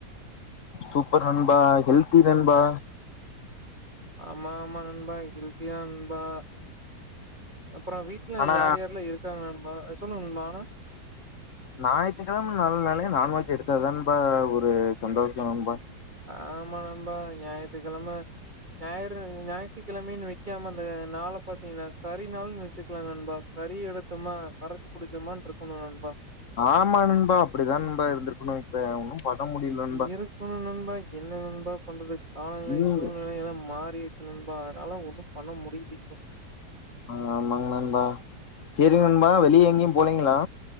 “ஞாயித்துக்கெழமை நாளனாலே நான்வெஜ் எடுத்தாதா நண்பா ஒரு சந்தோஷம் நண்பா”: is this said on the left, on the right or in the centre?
Left